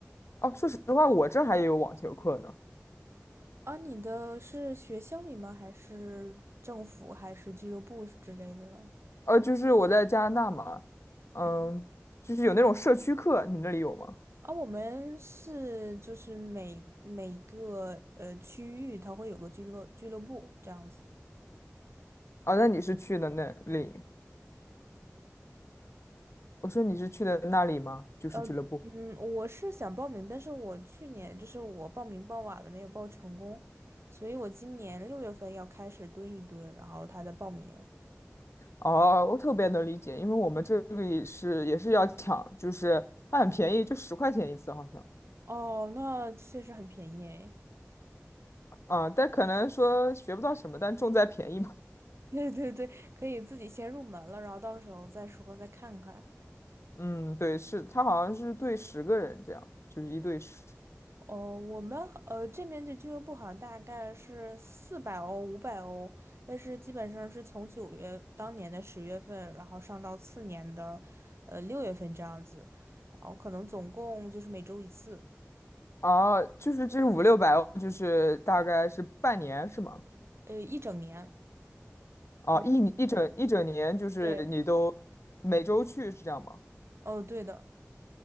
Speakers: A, on the left; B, on the right.
A: 哦，说实话，我这还有网球课呢。
B: 啊，你的是学校里吗？还是政府，还是俱乐部之类的呢？
A: 呃，就是我在加拿大嘛，嗯，
B: 嗯，
A: 就是有那种社区课，你那里有吗？
B: 啊，我们是就是每每一个呃区域，它会有个俱乐俱乐部这样子。
A: 啊，那你是去的那里？我说你是去的那里吗？就是俱乐部。
B: 呃，嗯，我是想报名，但是我去年就是我报名报晚了，没有报成功，所以我今年六月份要开始蹲一蹲，然后他的报名。
A: 哦，我特别能理解，因为我们这里是也是要抢，就是它很便宜，就十块钱一次好像。
B: 哦，那确实很便宜诶。
A: 啊，但可能说学不到什么，但重在便宜嘛。
B: 对对对，可以自己先入门了，然后到时候再说再看看。
A: <laughs> 嗯，对，是，它好像是对十个人这样，就是一对十。
B: 哦，我们呃这边的俱乐部好像大概是四百欧、五百欧，但是基本上是从九月当年的十月份，然后上到次年的呃六月份这样子，然后可能总共就是每周一次，
A: 哦，就是这五六百，五六百就是大概是半年是吗？
B: 呃一整年。
A: 哦，
B: 嗯，
A: 一一整一整年就是你都每周去是这样吗？
B: 对，哦对的，